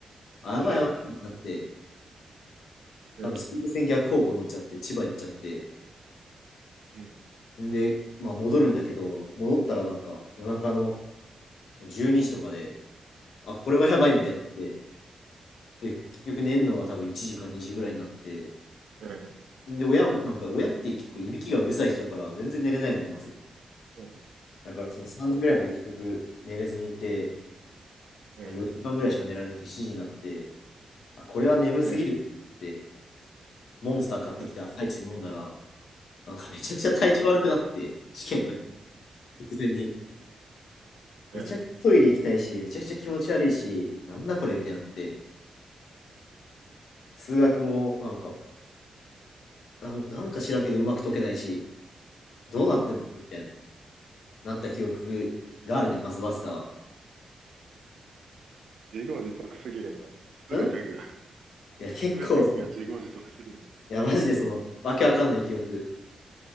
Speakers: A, on the left; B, on the right.
A: あ、やばいやばいってなって、
B: えうん、
A: 多分総武線逆方向乗っちゃって、千葉行っちゃって、
B: うん、
A: んで、まあ戻るんだけど、戻ったらなんか夜中の12時とかで、あ、これはやばいみたいになって、で、結局寝るのが多分1時か2時ぐらいになって、
B: うん、
A: で、親も、なんか親って結構いびきがうるさい人だから、全然寝れないの、まず。
B: うん、
A: だからその3時ぐらいまで結局寝れずにいて、
B: うん、
A: まあ、4時間ぐらいしか寝られなくて7時になって、あ、これは眠すぎるって、
B: うん、
A: モンスター買ってきて朝一で飲んだら、
B: うん、
A: なんかめちゃくちゃ体調悪くなって、
B: うん、
A: 試験の直前に。
B: うん。
A: めちゃくちゃトイレ行きたいし、めちゃくちゃ気持ち悪いし、なんだこれみたいになって、数学もなんか、なんなんか知らんけどうまく解けないし、どうなってんだみたいな。
B: ああ、
A: なった記憶があるね、まず早稲田は。
B: 自業自得すぎるな。すべてが、
A: んいや、結構、
B: すべてが自業自得すぎる。
A: いや、マジでその、わけわかんない記憶。